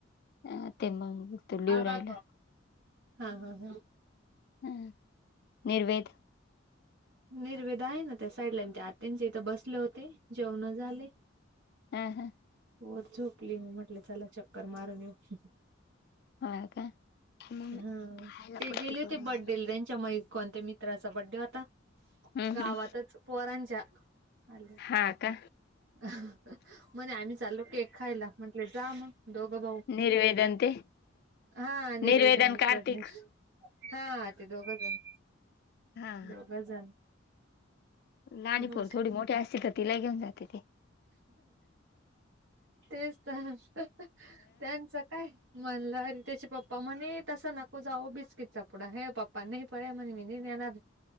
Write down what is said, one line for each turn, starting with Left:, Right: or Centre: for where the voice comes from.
Left: अ ते मग तो लिहू राहिला
Right: ह हा हा हा
Left: अ निर्वेद
Right: निर्वेद आहे ना त्या साईडला आत्यांच्या इथं बसले होते जेवण झाले
Left: ए हा
Right: पोर झोपली, मग म्हटल चला चक्कर मारून येऊ
Left: हा का? मग
Right: हा
Left: खायला
Right: ते
Left: पट्टी
Right: गेले
Left: करून
Right: होते
Left: आलो.
Right: बड्डेला, त्यांच्या म कोणत मित्राचा बड्डे होता
Left: हम्म
Right: गावातच
Left: हम्म
Right: पोरांच्या, अ
Left: हा का
Right: अ, म्हणे आम्ही चालो केक खायला, म्हंटले जा मग दोघ भाऊ,
Left: निर्वेदन ते
Right: हा अणि
Left: निर्वेदन
Right: युवेदा आणि
Left: कार्तिक
Right: प्रज्ञश, हा ते दोघ जण,
Left: हा
Right: दोघ जण
Left: लाणीपपोर
Right: बस
Left: थोडी मोठी असती तर तिला घेऊन जाते ती
Right: तेच तर त्यांच काय म्हणल अरे त्याचे पप्पा, म्हणे तस नको जाऊ बिस्किटचा पुडा हे पप्पा नाही प म्हण मी नाही नेणार